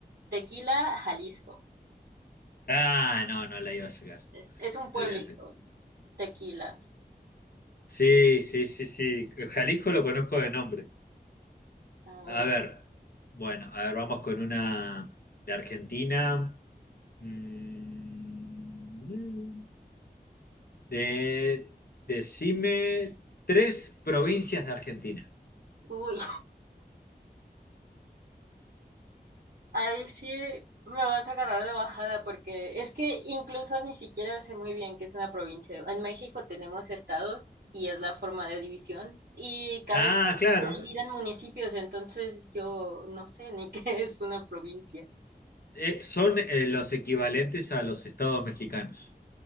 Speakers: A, on the right; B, on the left.
A: Tequila, Jalisco.
B: Ah, no, no la iba a sacar.
A: Es, es un pueblito,
B: No la iba a sacar.
A: Tequila.
B: Sí, sí, sí, sí. Jalisco lo conozco de nombre.
A: Ah, mira.
B: A ver, bueno, a ver, vamos con una de Argentina. Mm, De, decime tres provincias de Argentina.
A: Uy, Ahí sí me vas a agarrar de bajada porque es que incluso ni siquiera sé muy bien qué es una provincia. En México tenemos estados y es la forma de división y cada
B: Ah,
A: estado
B: claro.
A: se divide en municipios, entonces yo no sé ni <laughs> qué es una provincia.
B: Eh, son eh, los equivalentes a los estados mexicanos.